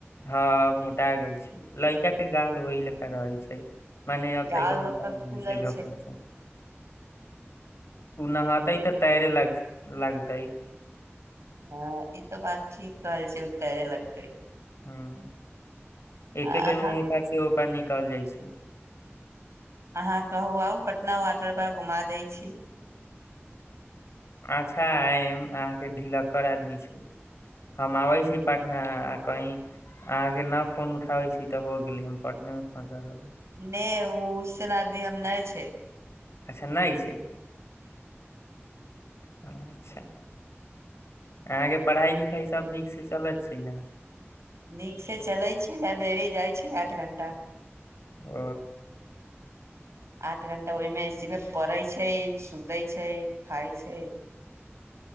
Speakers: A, on the left; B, on the right.
A: हँ मोटा गेल छै लड़का के गाल ओह लेका रहे छ मने अब
B: गाल
A: तक के मुता
B: ओकर फूलल
A: छै उनाहाँ तइ तऽ तयरे लाग लागत
B: हँ ई तऽ बातची कल छै उतराे लगत
A: ह एके
B: अहाँ
A: बेर मे एक पास से उपाय निकल जाइ छ
B: अहाँ कहू आउ पटना वाटर पर घुमा दै छ
A: अच्छा आ अहाँके ढलक्ककर आदमी छ हम आबै छी पटना आ कह अहाँके न फोन उठाबे छी तऽ हो गेले हम पटने मे फस रह
B: नहि ओ ओसन आदमी हम नहि छ
A: अच्छा नहि छै अच्छ अहाँके पढ़ाई लिखाई सब नीक से चलत छै न
B: नीक से चलै छै लाइब्रेरी जाइ छी आठ घंटा
A: अ
B: आठ घंटा ओहिमे सीमे पढ़य छै सुतै छै खाय छै